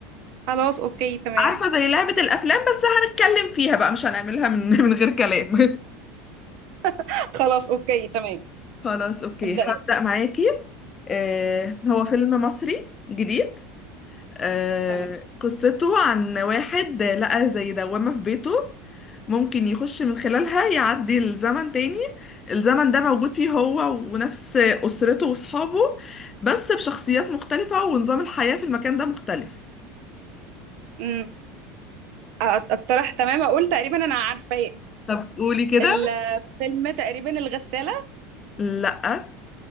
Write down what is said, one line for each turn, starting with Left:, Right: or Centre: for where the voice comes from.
Right: خلاص اوكي تمام
Left: عارفة زي لعبة الأفلام بس هنتكلم فيها بقى مش هنعملها من <laughs> من غير كلام
Right: <laughs> خلاص اوكي تمام
Left: <laughs> خلاص أوكي
Right: ابدأ
Left: هبدأ
Right: يلا
Left: معاكي آه هو فيلم مصري جديد آه
Right: تمام
Left: قصته عن واحد لقى زي دوامة في بيته ممكن يخش من خلالها يعدي الزمن تاني الزمن ده موجود فيه هو ونفس أسرته وأصحابه بس بشخصيات مختلفة ونظام الحياة في المكان ده مختلف
Right: امم أ- اقترح تمام اقول تقريبا انا عارفة
Left: طب قولي كده
Right: الفيلم تقريبا الغسالة
Left: لأ